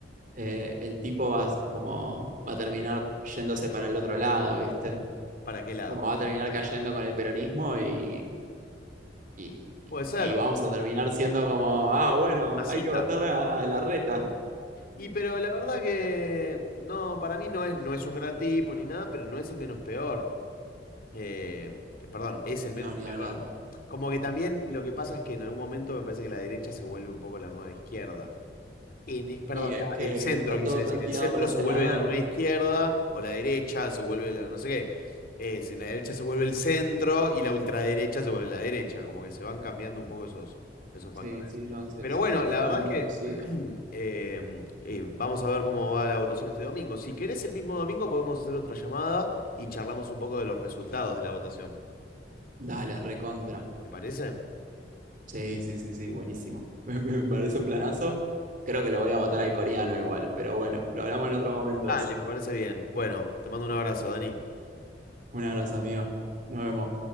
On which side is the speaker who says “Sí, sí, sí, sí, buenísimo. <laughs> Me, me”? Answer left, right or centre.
Right